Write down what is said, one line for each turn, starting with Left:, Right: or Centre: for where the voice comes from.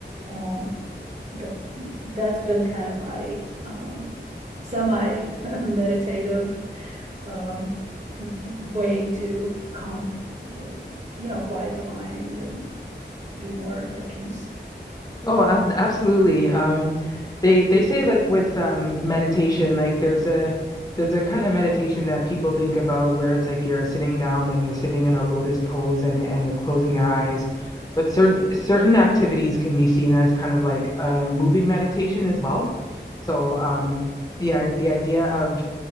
Right: um, that that's been kind of my um, semi <laughs> meditative um, way to calm, you know, quiet the mind and be more at peace.
Left: Oh, ab absolutely. Um, they they say like with um meditation, like there's a there's a kind of meditation that people think about where it's like you're sitting down and you're sitting in a lotus pose and and you're closing your eyes. But certain certain activities can be seen as kind of like a moving meditation as well. So um the i- the idea of